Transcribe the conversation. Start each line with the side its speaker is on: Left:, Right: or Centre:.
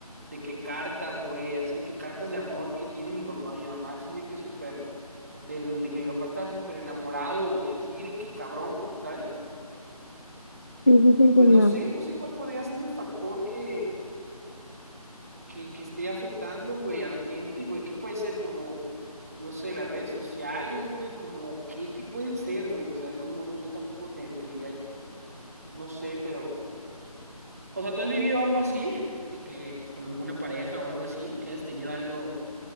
Right: de que cartas, güey, así de que cartas de amor que tiene mi mamá, mi mamá así de que súper, de, de que mi papá estaba súper enamorado, güey, así de que cabrón, güey, ¿sabes?
Left: dicen
Right: Y pues
Left: que no.
Right: no sé, no sé cuál podría ser el factor que, que, que esté afectando, güey, a la gente, güey, ¿qué puede ser como, pues no sé, las redes sociales, güey, como, ¿qué, qué puede ser, güey? O sea, no, no, no, yo tampoco te, te diría que, no sé, pero, o sea, ¿tú has vivido algo así? De que con alguna pareja o algo así, que has tenido algo